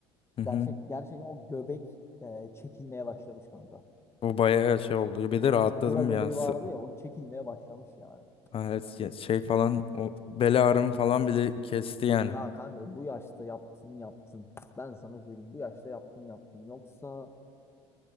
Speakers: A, on the left (about 40°); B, on the left (about 20°).
A: hı. hı.
B: Gerçek, gerçekten o göbek e, çekilmeye başlamış kanka.
A: O bayağı şey oldu. Bir
B: O
A: de
B: senin
A: rahatladım
B: bira göbeği
A: ya. Sı-
B: vardı ya o çekilmeye başlamış yani.
A: ha, evet, ya Şey falan o bel ağrım falan bile kesti yani.
B: Ya kanka bu yaşta yaptın yaptın. Ben sana söyleyeyim bu yaşta yaptın yaptın. Yoksa